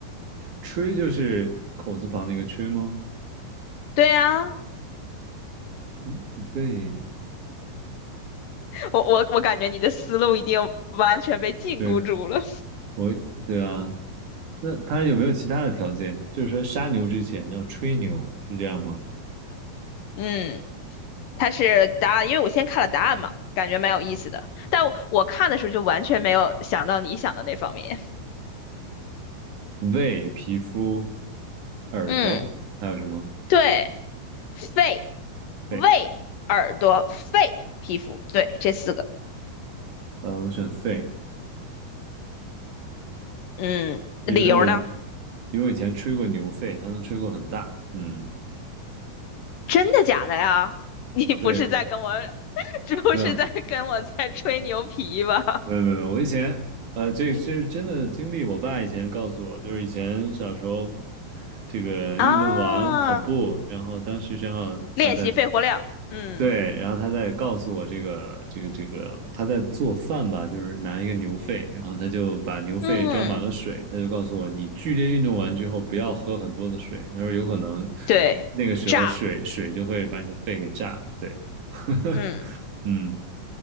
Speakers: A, on the right; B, on the left.
A: 吹就是口字旁那个吹吗？
B: 对啊，
A: 嗯，对
B: 我我我感觉你的思路已经完全被禁锢住了。
A: 对，我对啊，那他有没有其他的条件？就是说杀牛之前要吹牛，是这样吗？
B: 嗯，它是答案，因为我先看了答案嘛，感觉蛮有意思的。但我我看的时候就完全没有想到你想的那方面。
A: 胃、皮肤、耳朵，
B: 嗯，
A: 还有什么？
B: 对，肺、
A: 肺。
B: 胃、耳朵、肺、皮肤，对，这四个。
A: 呃，我选肺，
B: 嗯，
A: 因为我
B: 理由呢？
A: 因为我以前吹过牛肺，它能吹过很大。嗯，
B: 真的假的呀？<laughs> 你不是在跟我
A: 对，
B: 是不是在跟我在吹牛皮吧？
A: 没有，没有没有，没有我以前呃，这这是真的经历。
B: 嗯
A: 我爸以前告诉我，就是以前小时候这个运动完跑步，
B: 啊，
A: 然后当时正好他在
B: 练习肺活量，嗯
A: 对，然后他在告诉我这个这个这个他在做饭吧，就是拿一个牛肺，然后他就把牛肺装满了水，
B: 嗯，
A: 他就告诉我，你剧烈运动完之后不要喝很多的水，他说有可能
B: 对，
A: 那个时候水水就会把你的肺给炸了。
B: 炸了，
A: 对，<laughs>
B: 嗯，
A: 嗯，